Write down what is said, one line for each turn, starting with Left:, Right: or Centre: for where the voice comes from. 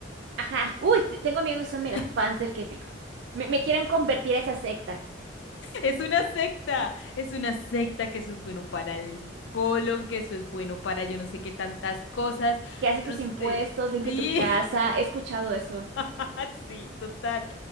Right: Ajá. Uy, t- tengo amigos que son mega
Left: <laughs>
Right: fans del kefir. Me, me quieren convertir a esa secta
Left: Es una secta, es una secta que eso es bueno para el colon, que eso es bueno para yo no sé qué tantas cosas.
Right: que hace
Left: Yo
Right: tus
Left: no sé.
Right: impuestos, limpia
Left: Sí,
Right: tu casa. He escuchado eso.
Left: <laughs> Sí, total.